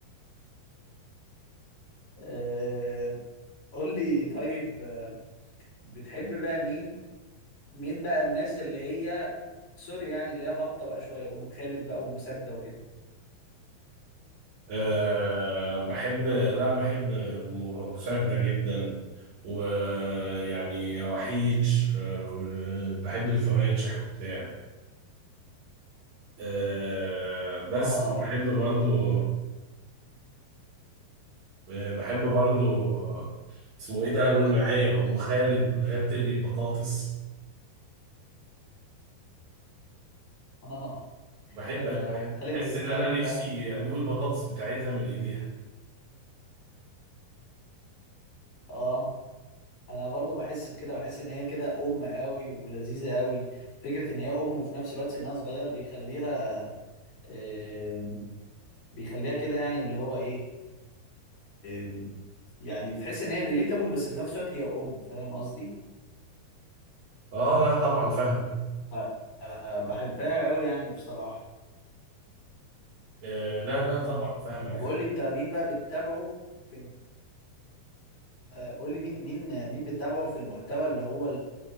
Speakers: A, on the left (about 50°); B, on the right (about 60°).
A: آه، قول لي طيب آه، بتحب بقى مين مين بقى الناس اللي هي سوري يعني اللي هي هابطه بقى شويه ام خالد بقى وام ساجده وكده
B: أه بحب لا بحب ساجدة جدا ويعني وحيد أه بحب الفواتح وبتاع أه بس
A: اه
B: بحب برضو وبحب برضو آه، اسمه ايه ده قول معايا ام خالد واللي هي بتقلي البطاطس
A: اه آه،
B: بحب
A: آه،
B: بحب-
A: ام خالد
B: بحس
A: لذيذه
B: ان انا
A: قوي
B: نفسي
A: فعلا
B: ادوق البطاطس بتاعتها من ايديها
A: اه انا برضو بحس بكده بحس ان هي كده ام قوي ولذيذه قوي فكره ان هي ام وفي نفس الوقت سنها صغير بيخليها آم، بيخليها كده يعني اللي هو ايه آم، يعني بتحس ان هي ريليتابل بس في نفس الوقت هي ام فاهم قصدي
B: اه لا طبعا فاهمك
A: آه، آه، بحبها قوي يعني بصراحه
B: آه لا لا طبعا
A: مم.
B: فاهمك
A: طب قول لي انت مين بقى بتتابعه في آه، قول لي مين مين مين بتتابعه في المحتوى اللي هو